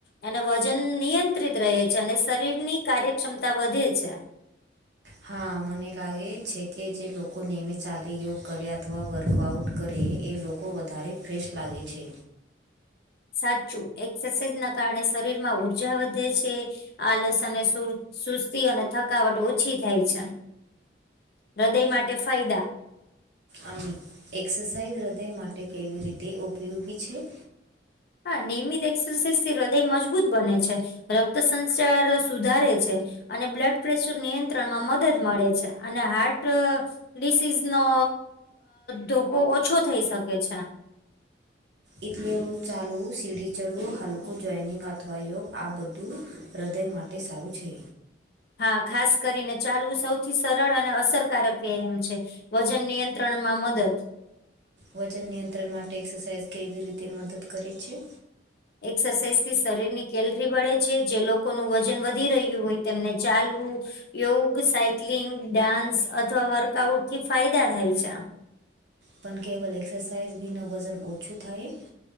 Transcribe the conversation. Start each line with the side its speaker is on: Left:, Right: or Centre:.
Left: અને વજન નિયંત્રિત રહે છે, અને શરીરની કાર્યક્ષમતા વધે છે.
Right: હા મને લાગે છે, કે જે લોકો નેમિત ચાલે યોગ કરે અથવા વર્કઆઉટ કરે એ લોકો વધારે ફ્રેશ લાગે છે.
Left: સાચું એક્સરસાઇઝ ના કારણે શરીર માં ઉર્જા વધે છે. આલસ અને સુસ્તી અને થકાવટ ઓછી થાય છે. હૃદય માટે ફાયદા.
Right: આમ એક્સરસાઇઝ હૃદય માટે કેવી રીતે ઉપયોગી છે.
Left: હા. નિયમિત એક્સરસાઇઝ થી હૃદય મજબૂત બને છે, રક્ત સંચાર સુધારે છે. અને બ્લડ પ્રેશર નિયંત્રણ માં મદદ મળે છે, અને હાર્ટ ડિસીઝ નો ધોકો ઓછો થઈ શકે છે.
Right: એટલે એવું ચાલવું સીડી ચડવું હલકું જોઈનિંગ અથવા યોગ આ બધું હૃદય માટે તે સારું છે.
Left: હા ખાસ કરીને ચાલવું સૌથી સરળ અને અસરકારક વ્યાયામ છે. વજન નિયંત્રણ માં મદદ
Right: વજન નિયંત્રણ માટે એક્સરસાઇઝ કેવી રીતે મદદ કરે છે.
Left: એક્સરસાઇઝ થી શરીરની કેલરી બળે છે જે લોકોનું વજન વધી રહ્યું હોય તેમને ચાલવું યોગ સાયક્લિંગ ડાન્સ અથવા વર્કઆઉટ થી ફાયદા થાય છે.
Right: પણ કેવલ એક્સરસાઇઝ બી ન વજન ઓછું થાય.